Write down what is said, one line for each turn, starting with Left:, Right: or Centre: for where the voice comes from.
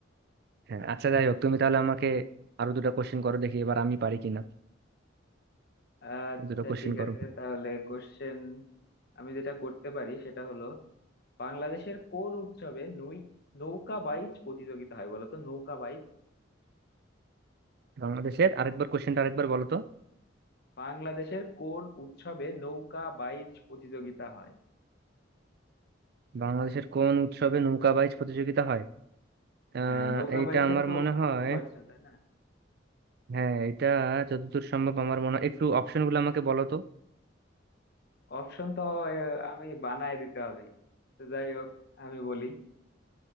Right: হ্যাঁ। আচ্ছা যাই হোক তুমি তাহলে আমাকে আরো দুটো কোশ্চেন করো দেখি এবার আমি পারি কিনা
Left: আচ্ছা
Right: দুটো কোশ্চেন
Left: ঠিক
Right: করো
Left: আছে তাহলে কোশ্চেন আমি যেটা করতে পারি সেটা হলো বাংলাদেশের কোন উৎসবে নৈ নৌকা বাইচ প্রতিযোগিতা হয় বলো তো নৌকা বাইচ
Right: বাংলাদেশের আরেকবার কোশ্চেনটা আরেকবার বলো তো
Left: বাংলাদেশের কোন উৎসবে নৌকা বাইচ প্রতিযোগিতা হয়
Right: বাংলাদেশের কোন উৎসবে নৌকা বাইচ প্রতিযোগিতা হয় আহ
Left: হ্যাঁ নৌকা
Right: এইটা
Left: বাইচের
Right: আমার
Left: তো
Right: মনে
Left: বুঝতে
Right: হয়
Left: পারছো তাই না
Right: হ্যাঁ এটা যতদূর সম্ভব আমার মনে হয় একটু অপশন গুলো আমাকে বলো তো
Left: অপশন তো আহ, আমি বানায় দিতে হবে তো যাই হোক আমি বলি